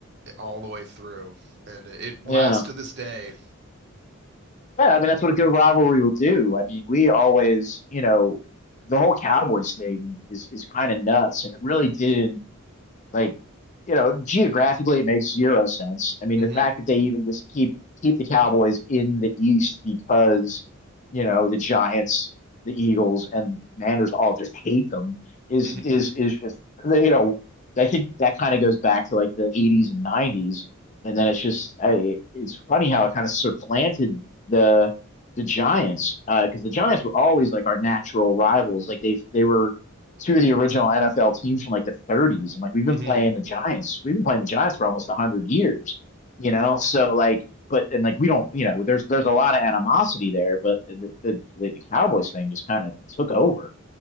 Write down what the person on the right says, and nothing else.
all the way through, and it,
lasts to this day.
hmm
hmm
hmm